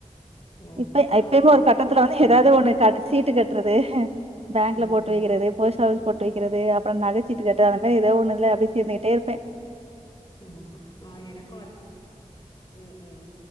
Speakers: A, on the left; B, on the right.
A: ஓ!
B: இப்ப எப்யுமே
A: ஆ சில
B: ஒரு கட்டத்துல
A: பேர்
B: வந்து
A: ம்,
B: எதாவது ஒன்னு காட்டு சீட்டு கட்டு ன்றதே பேங்க்ல
A: ம்.
B: போட்டு வக்குறது போஸ்டு ஆபிஸ் போட்டு வக்குறது அப்பறோ நகச்சீட்டு கட்டாதப்ப எதயாவது ஒன்னுல அப்டி சேந்துட்டே இருப்பே
A: ஓ ஆ எனக்கு உம் உம்